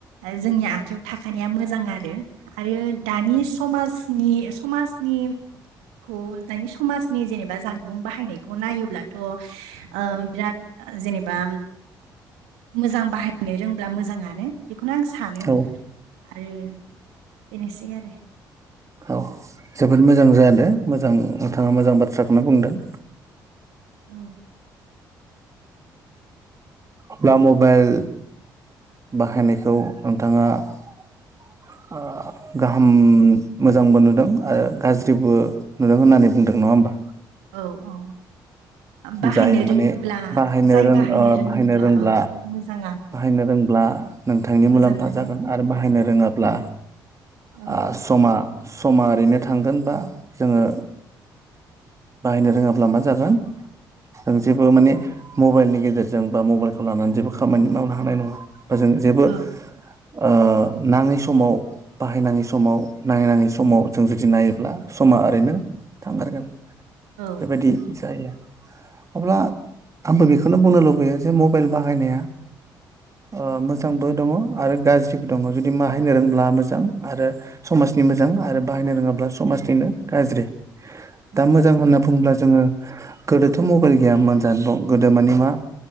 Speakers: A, on the right; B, on the right.
A: जोंनि आ खायाव थाखानाया मोजां आरो आरो दानि समाजनि समाजनि खौ दानि समाजनि जेनेबा जानबुं बाहायनायखौ नायोब्लाथ' ओ बिराद जेनेबा मोजां बाहायनो रोंब्ला मोजाङानो बेखौनो आं सानो
B: औ
A: आरो बेनोसै आरो
B: औ जोबोद मोजां जादो मोजां नोंथाङा मोजां बाथ्राखौनो बुंदों। <inaudible>
A: औ
B: ब्ला मबाइल बाहायनायखौ नोंथाङा <inaudible> ओ गाहाम मोजांबो नुदों आरो गाज्रिबो नुदों होननानै बुंदों नङा होमबा?
A: औ औ बाहायनो
B: जायो माने
A: रोङोब्ला
B: बाहायनो
A: जाय
B: रों
A: बाहायनो
B: ओ
A: रोङोब्ला
B: रोंब्ला
A: औ मोजां
B: बाहायनो रोंब्ला नोंथांनि
A: मोजाङानो
B: मुलाम्फा जागोन आरो बाहायनो
A: औ
B: रोङाब्ला
A: औ
B: ओ समा समा ओरैनो थांगोन बा जोङो बाहायनो रोङाब्ला मा जागोन जों जेबो माने मबाइलनि गेजेरजों बा मबाइलखौ लानानै जेबो खामानि मावनो हानाय नङा। ओजों जेबो
A: औ
B: ओ नाङै समाव बाहायनाङै समाव नाडै नाङै समाव जों जुदि नायोब्ला समा ओरैनो थांगारगोन।
A: औ
B: बेबायदि जायो अब्ला
A: औ
B: आंबो बे खौनो बुंनो लुबैयो जे मबाइल बाहायनाया ओ मोजांबो दङ आरो गाज्रिबो दङ जुदि माहायनो रोंब्ला मोजां आरो स माजनि मोजां आरो बाहायनो रोङाब्ला समाजनिनो गाज्रि दा
A: औ
B: मोजां होनना बुङोब्ला जोङो गोदोथ' मबाइल गैयामोन जानबुं गोदो माने मा